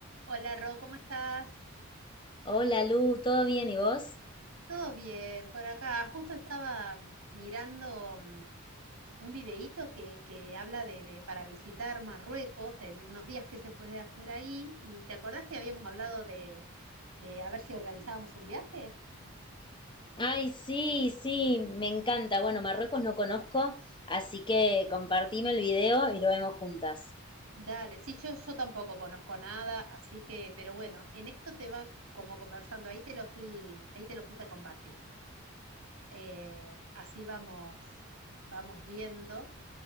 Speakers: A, on the right (about 80°); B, on the left (about 20°).
A: Hola Ro, ¿cómo estás?
B: Hola Lu, ¿todo bien y vos?
A: Todo bien por acá. Justo estaba mm, mirando mm, un videíto que, que habla de, de para visitar Marruecos en unos días qué se puede hacer ahí. ¿Y te acordás que habíamos hablado de, de a ver si organizábamos un viaje?
B: Ay, sí, sí, me encanta. Bueno, Marruecos no conozco, así que compartime el video y lo vemos juntas.
A: Dale, sí, yo, yo tampoco conozco nada, así que, pero bueno, en esto te va como conversando, ahí te lo estoy, ahí te lo puse a compartir. Eh, así vamos, vamos viendo.